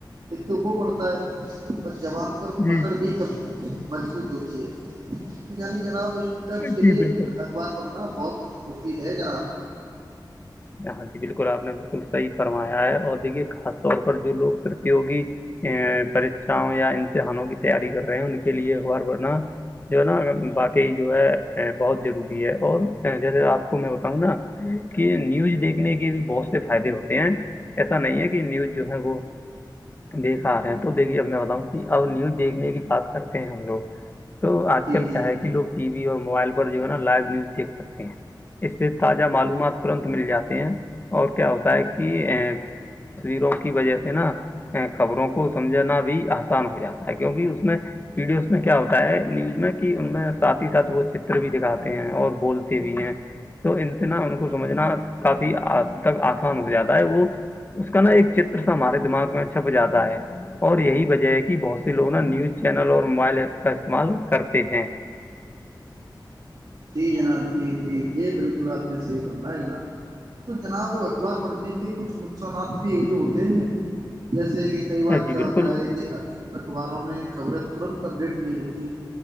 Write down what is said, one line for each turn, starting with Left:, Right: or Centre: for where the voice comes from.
Right: ایک تو وہ بڑھتا ہے اور جوان پر
Left: جی
Right: پک مضبوط ہوتی ہے یعنی جناب اسٹوڈنٹس کے
Left: جی
Right: لئے
Left: بالکل
Right: اخبار پر پڑھنا بہت مفید ہے جناب
Left: ہاں جی بالکل آپ نے بالکل صحی فرمایا ہے اور دیکھیے خاص طور پر جو لوگ پرتیوگی چاں یا امتحانوں کی تیاری کر رہے ہیں ان کے لیے اخبار پڑھنا جو ہے نا باقی جو ہے بہت ضروری ہے اور جیسے آپ کو میں بتاؤں نا کہ نیوز دیکھنے کے بھی بہت سے فائدے ہوتے ہیں ایسا نہیں ہے کہ نیوز جو ہے وہ دیکھ آ رہے ہیں تو دیکھیے اب میں بتاؤں کہ ا نیوز دیکھنے کی بات کرتے ہیں ہم لوگ تو آج
Right: جی
Left: کل کیا
Right: جی
Left: ہے کہ لوگ ٹی وی اور موبائل پر جو ہے نا لائیو نیوز دیکھ سکتے ہیں اس سے تازہ معلومات ترنت مل جاتے ہیں اور کیا ہوتا ہے کہ تصویروں کی وجہ سے نا خبروں کو سمجھناا بھی آسان ہو جاتا ہے کیونکہ اس میں ویڈیوز میں کیا ہوتا ہے نیوز میں کہ ان میں سھ ہی ساتھ وہ چتر بھی دکھاتے ہیں اور بولتے بھی ہیں تو ان سے نا ان کو سمجھنا کافی تک آسان ہو جاتا ہے وہ اس کا نا ایک چر ہمارے دماغ میں چھپ جاتا ہے اور یہی وجہ ہے کہ بہت سے لوگ نا نیوز چینل اور موبائل ایپس کا استعمال کرتے ہیں
Right: جی جناب جی جی یہ بالکل آپ نے صحیح فرمایا جناب تو جناب اخبار پڑھنے کے کچھ نقصانات بھی تو ہوتے ہیں جیسے کہ کئی بار
Left: جی
Right: کیا
Left: بالکل
Right: ہوتا ہے کہ حق اخباروں میں خبریں ترنت اپڈیٹ نہیں ہوتییں